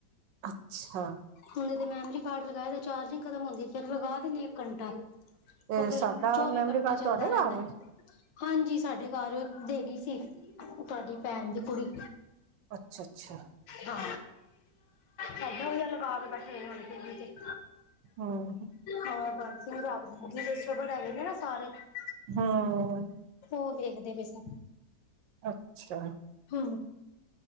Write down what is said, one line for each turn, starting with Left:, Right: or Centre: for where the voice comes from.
Right: ਅੱਛਾ।
Left: ਉਹਦੇ ਤੇ ਮੈਮਰੀ ਕਾਰਡ ਲਗਾਏ ਦਾ। ਚਾਰਜਿੰਗ ਖਤਮ ਹੁੰਦੀ। ਫੇਰ ਲਗਾ ਦਿੰਦੀ ਇੱਕ ਘੰਟਾ।
Right: ਤੇ
Left: ਉਹ ਫੇਰ,
Right: ਸਾਡਾ
Left: ਚੌਵੀ
Right: ਮੈਮਰੀ
Left: ਘੰਟੇ
Right: ਕਾਰਡ
Left: ਚੱਲਦਾ
Right: ਤੁਹਾਡੇ
Left: ਰਹਿੰਦਾ।
Right: ਘਰ ਵੇ
Left: ਹਾਂਜੀ, ਸਾਡੇ ਘਰ ਦੇ, ਗਈ ਸੀ, ਤੁਹਾਡੀ। ਭੈਣ, ਦੀ ਕੁੜੀ।
Right: ਅੱਛਾ ਅੱਛਾ
Left: ਹਾਂ, ਸਾਡੇ ਵੀ ਏ ਲਗਾ ਕੇ, ਬੈਠੇ ਹੋਏ, ਟੀ ਵੀ ਤੇ।
Right: ਹੂੰ
Left: ਹਾਂ ਬ ਸਿੰਘਸਬਰ ਹੈ ਨੇ ਨਾ ਸਾਰੇ <unintelligible>
Right: ਹੂੰ।
Left: ਉਹ ਵੇਖਦੇ ਪਏ ਸੀ।
Right: ਅੱਛਾ।
Left: ਹਾਂ